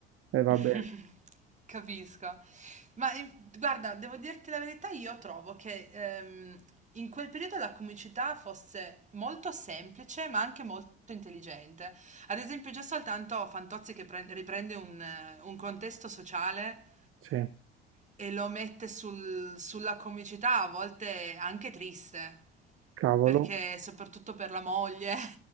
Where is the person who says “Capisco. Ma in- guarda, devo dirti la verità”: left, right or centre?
Right